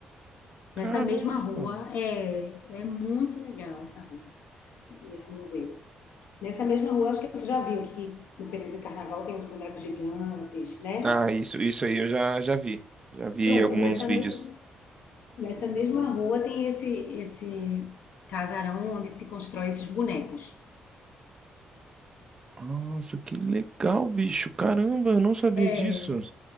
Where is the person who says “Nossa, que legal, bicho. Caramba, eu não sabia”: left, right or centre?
Right